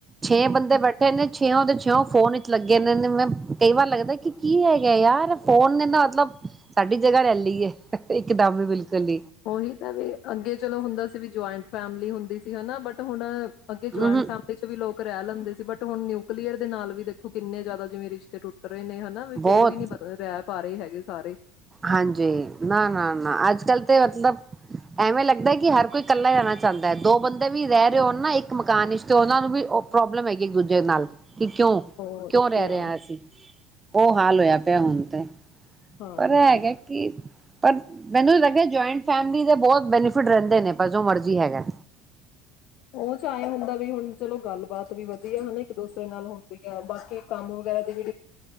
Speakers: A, on the right (about 20°); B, on the left (about 60°).
A: ਛੇ ਬੰਦੇ ਬੈਠੇ ਕਨੇ ਛੇਓਂ ਛੇਂ <unintelligible> ਫੋਨ ਵਿੱਚ ਲੱਗੇਦੇ ਮੈਂ ਕਈ ਵਾਰ ਲੱਗਦਾ ਕਿ ਕੀ ਹੈਗਾ ਯਾਰ ਫੋਨ ਨੇ ਨਾ ਮਤਲਬ ਸਾਡੀ ਜਗਾ ਲੈ ਲੀ ਏ। ਇੱਕਦਮ ਵੀ ਬਿਲਕੁਲ।
B: ਉਹੀ ਤਾਂ ਵੀ ਅੱਗੇ ਚਲੋ ਹੁੰਦਾ ਸੀ ਵੀ ਜੁਆਇੰਟ ਫੈਮਿਲੀ ਹੁੰਦੀ ਸੀ ਹਨਾ। ਬਟ ਹੁਣ ਅੱਗੇ
A: ਹੂੰ
B: ਜਆਇੰਟ ਫੈਮਿਲੀ 'ਚ ਵੀ ਲੋਕ ਰਹਿ ਲੈਂਦੇ ਸੀ। ਬਟ ਹੁਣ ਨਿਊਕਲੀਅਰ ਦੇ ਨਾਲ ਵੀ ਦੇਖੋ ਕਿੰਨੇ ਜ਼ਿਆਦਾ ਜਿਵੇਂ ਰਿਸ਼ਤੇ ਟੁੱਟ ਰਹੇ ਨੇ ਹਨਾ।
A: ਬਹੁਤ
B: ਫੇਰ ਵੀ ਨੀ ਪ ਰਹਿ ਪਾ ਰਹੇ ਹੈਗੇ ਸਾਰੇ।
A: ਹਾਂਜੀ ਨਾ-ਨਾ, ਨਾ ਅੱਜ-ਕੱਲ੍ਹ ਤੇ ਮਤਲਬ ਐਵੇਂ ਲੱਗਦਾ ਕਿ ਹਰ ਕੋਈ ਇਕੱਲਾ ਰਹਿਣਾ ਚਾਹਦਾ। ਦੋ ਬੰਦੇ ਵੀ ਰਹਿ ਰਹੇ ਹੋਣ ਨਾ ਇੱਕ ਮਕਾਨ ਵਿੱਚ ਤੇ ਉਹਨਾਂ ਵੀ ਪ੍ਰੋਬਲਮ ਹੈਗੀ ਇੱਕ ਦੂਜੇ ਨਾਲ ਕਿ ਕਿਉਂ-ਕਿਉਂ
B: ਹੋਰ
A: ਰਹਿ
B: ਕਿਆ
A: ਰਹੇ ਆ ਅਸੀਂ ਉਹ ਹਾਲ ਹੋਇਆ ਪਿਆ ਹੁਣ ਤੇ।
B: ਹਾਂਜੀ
A: ਪਰ ਹੈਗੇ ਕਿ ਪਰ ਮੈਨੂੰ ਲੱਗਿਆ ਜੁਆਇੰਟ ਫੈਮਿਲੀ ਦੇ ਬਹੁਤ ਬੈਨੀਫਿਟ ਰਹਿੰਦੇ ਨੇ। ਪਰ ਜੋ ਮਰਜੀ ਹੈਗਾ।
B: ਉਹ 'ਚ ਆਏ ਹੁੰਦਾ ਵੀ ਹੁਣ ਚਲੋ ਗੱਲਬਾਤ ਵੀ ਵਧੀਆ ਹਨਾ ਇੱਕ ਦੂਸਰੇ ਨਾਲ ਹੁੰਦੀ। ਬਾਕੀ ਕੰਮ ਵਗੈਰਾ ਦੀ ਵੀ